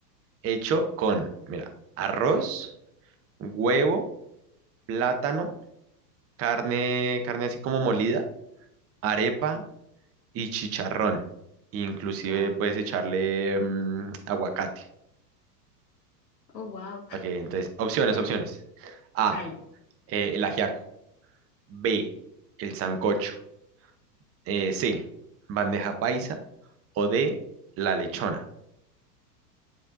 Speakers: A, on the right (about 30°); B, on the left (about 80°).
A: hecho con, mira, arroz, huevo, plátano, carne, carne así como molida, arepa y chicharrón? Inclusive
B: Wow.
A: puedes echarle mm, aguacate.
B: Oh, wow.
A: Ok, entonces, opciones, opciones. A,
B: Vale.
A: eh, el ajiaco. B, el sancocho. Eh, C, bandeja paisa. O D, la lechona.